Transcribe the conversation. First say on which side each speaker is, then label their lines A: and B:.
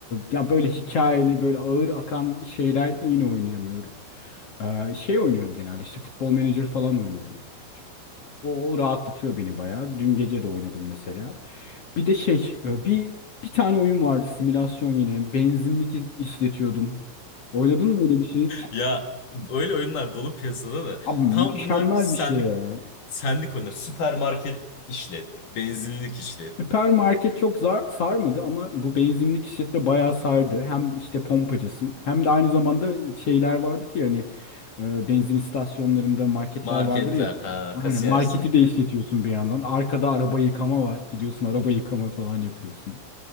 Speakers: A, on the left; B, on the left.
A: ya böyle hikayeli, böyle ağır akan şeyler yine oynayamıyorum. Ee, şey oynuyorum genelde işte futbol menajer falan oynuyorum. O, o rahatlatıyor beni bayağı. Dün gece de oynadım mesela. Bir de şey, e, bir bir tane oyun vardı simülasyon yine. Benzinlik i- işletiyordum. Oynadın mı öyle bir şey?
B: Ya öyle oyunlar dolu piyasada da.
A: Abi mükemmel
B: Tam bunlar senlik
A: bir şey ya.
B: senlik oyunlar. Süpermarket işlet, benzinlik işlet.
A: Süpermarket çok zar sarmadı ama bu benzinlik işletme bayağı sardı. Hem işte pompacısın hem de aynı zamanda şeyler vardır ya hani e, benzin istasyonlarında marketler
B: Marketler
A: vardır ya.
B: ha
A: Aynen
B: kasiyersin.
A: marketi de işletiyorsun bir yandan. Arkada araba yıkama var. Gidiyorsun araba yıkama falan yapıyorsun.